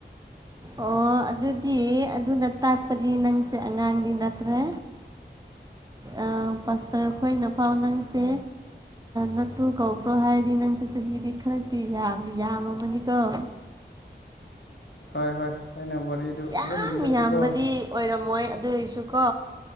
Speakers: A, on the right; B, on the left.
A: ꯑꯣ ꯑꯗꯨꯗꯤ ꯑꯗꯨꯅ ꯇꯥꯛꯄꯅꯤ ꯅꯪꯁꯦ ꯑꯉꯥꯡꯗꯤ ꯅꯠꯇ꯭ꯔꯦ ꯑꯥ ꯄꯥꯁꯇꯔ ꯑꯩꯈꯣꯏꯅ ꯄꯥꯎ ꯅꯪꯁꯦ ꯅꯠꯇꯨ ꯀꯧꯕ꯭ꯔꯣ ꯍꯥꯏꯔꯗꯤ ꯅꯪꯁꯤ ꯆꯍꯤꯗꯤ ꯈꯔꯗꯤ ꯌꯥꯝ ꯌꯥꯝꯃ ꯃꯅꯤ ꯀꫭ
B: ꯍꯣꯏ ꯍꯣꯏ ꯑꯩꯅ ꯋꯥꯔꯤꯗꯨ
A: ꯌꯥꯝ
B: ꯐꯖꯅ ꯂꯤꯔꯛꯀꯦꯀꯣ
A: ꯌꯥꯝꯕꯗꯤ ꯑꯣꯏꯔꯝꯃꯣꯏ ꯑꯗꯨ ꯑꯣꯏꯔꯁꯨ ꯀꯣ